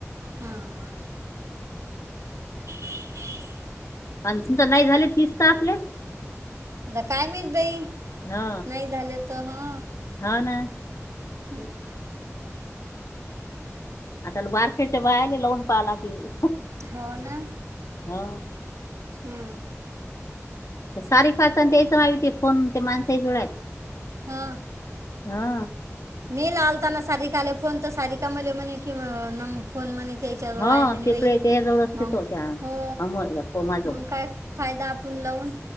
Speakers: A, on the right (about 75°); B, on the left (about 70°).
A: हम्म <unintelligible>
B: अंशी तर नाही झाले तिस त आपले.
A: आता काय नाहीत बाई
B: हो
A: नाही झाले त हा.
B: हो ना
A: <unintelligible>
B: आता वारक्याच्या बायाले लावून पाहा लागेल.
A: हो ना.
B: हो
A: हम्म.
B: ते सारिका चा आणि त्याचा आईचा फोन ते माणसाही जवळ आहेत.
A: हा
B: हा
A: मी लालता ना सारिकाले फोन तर सारिका म्हणली म्हणे की अ फोन म्हने त्याच्या जवळ
B: हो
A: आहे म्हणे
B: तिकडे
A: बाई
B: त्याजवळ असते
A: मग
B: तो त्या
A: हो
B: अमोल या पोमाजवळ
A: मग काय फायदा आपण लाऊन.